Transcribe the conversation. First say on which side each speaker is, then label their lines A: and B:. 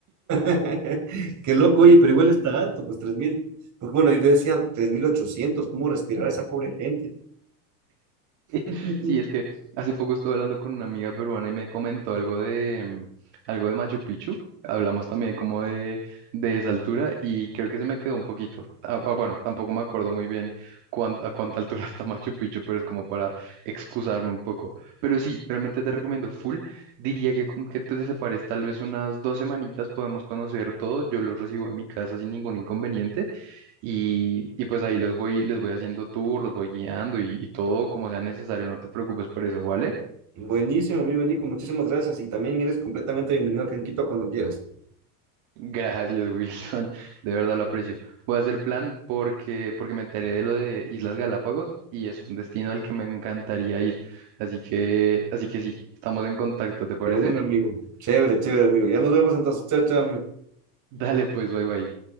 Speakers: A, on the right (about 40°); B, on the right (about 60°).
A: <laughs> Qué loco, oye, pero igual está alto, pues tres mil Pues bueno, yo decía tres mil ochocientos ¿cómo respirar esa pobre gente?
B: <laughs>
A: <laughs>
B: Sí, es que hace poco estuve hablando con una amiga peruana y me comentó algo de mm, algo de Machu Picchu. Hablamos también como de, de esa altura y creo que se me quedó un poquito. Ah, bu- bueno, tampoco me acuerdo muy bien cuán- a cuánta <laughs> altura está Machu Picchu, pero es como para excusarme un poco. Pero sí, realmente te recomiendo full. Diría que con que te separes tal vez unas dos semanitas podemos conocer todo. Yo los recibo en mi casa sin ningún inconveniente. Y, y pues ahí los voy, les voy haciendo tour, los voy guiando y, y todo como sea necesario, no te preocupes por eso, ¿vale?
A: Buenísimo, amigo Nico, muchísimas gracias y también eres completamente bienvenido a Canquito cuando quieras.
B: Gracias, Wilson, <laughs> de verdad lo aprecio. Voy a hacer plan porque, porque me enteré de lo de Islas Galápagos y es un destino al que me encantaría ir. Así que, así que sí, estamos en contacto, ¿te parece?
A: De un amigo. Chévere, chévere, amigo. Ya nos vemos entonces. Chao, chao, amigo.
B: <laughs> Dale pues, bye bye.